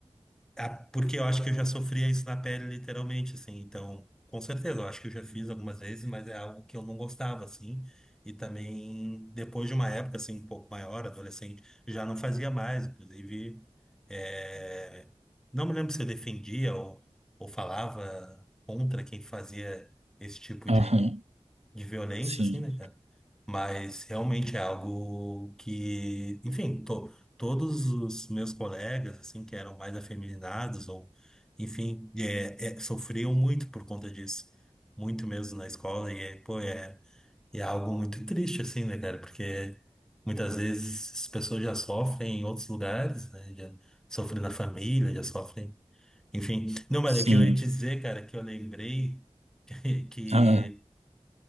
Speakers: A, in the centre; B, on the right.
A: Ah, porque eu acho que eu já sofria isso na pele, literalmente, assim. Então, com certeza, eu acho que eu já fiz algumas vezes, mas é algo que eu não gostava, assim. E também, depois de uma época, assim, um pouco maior, adolescente, já não fazia mais. Inclusive, é, não me lembro se eu defendia ou, ou falava contra quem fazia esse tipo
B: aham,
A: de, de violência,
B: sim,
A: assim, né, cara? Mas realmente é algo que, enfim, to, todos os meus colegas, assim, que eram mais afeminados, ou, enfim, é, é, sofriam muito por conta disso, muito mesmo na escola, e é, pô, é, é algo muito triste, assim, né, cara? Porque muitas vezes as pessoas já sofrem em outros lugares, né? Já sofrem na família, já sofrem, enfim. Não, mas
B: sim,
A: o que eu ia te dizer, cara, que eu lembrei <laughs> que
B: aham,